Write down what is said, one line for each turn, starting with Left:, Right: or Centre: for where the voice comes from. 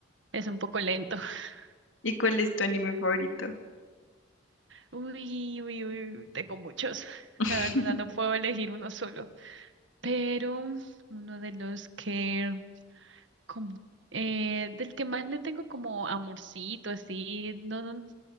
Right: es un poco lento. <laughs>
Left: ¿Y cuál es tu anime favorito?
Right: Uy, uy, uy, tengo muchos, <laughs>
Left: <laughs>
Right: la verdad no puedo elegir uno solo, pero uno de los que como eh, del que más le tengo como amorcito, así, no, no,